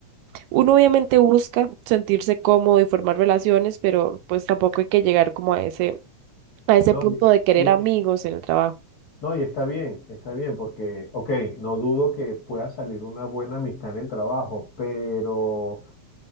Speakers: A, on the right; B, on the left.
A: uno obviamente busca sentirse cómodo y formar relaciones, pero pues tampoco hay que llegar como a ese, a ese
B: No,
A: punto
B: y,
A: de querer
B: y-
A: amigos en el trabajo.
B: no, y está bien, está bien, porque, ok, no dudo que pueda salir una buena amistad en el trabajo, pero